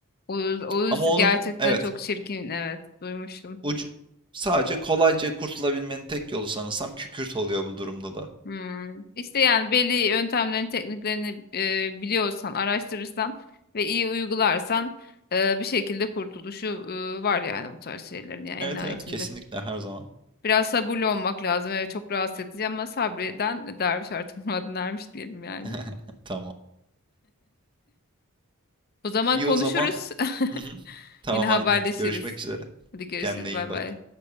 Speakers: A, on the left; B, on the right.
A: Oğuz, Oğuz
B: Ama onun
A: gerçekten
B: evet
A: çok çirkin. Evet, duymuştum.
B: ucu sadece kolayca kurtulabilmenin tek yolu sanırsam kükürt oluyor bu durumda da.
A: Hmm. İşte yani belli yöntemlerini, tekniklerini e, biliyorsan, araştırırsan ve iyi uygularsan e, bir şekilde kurtuluşu e, var yani bu tarz şeylerin yani en
B: Evet
A: nihayetinde.
B: evet kesinlikle her zaman.
A: Biraz sabırlı olmak lazım. Evet çok rahatsız edici ama sabreden derviş artık <laughs> muradına ermiş diyelim yani.
B: <laughs> Tamam.
A: O zaman
B: İyi
A: konuşuruz.
B: o zaman.
A: <laughs>
B: Hı hı. Tamam
A: Yine haberleşiriz.
B: aynen. Görüşmek üzere.
A: Hadi görüşürüz.
B: Kendine
A: Bay
B: iyi
A: bay.
B: bak.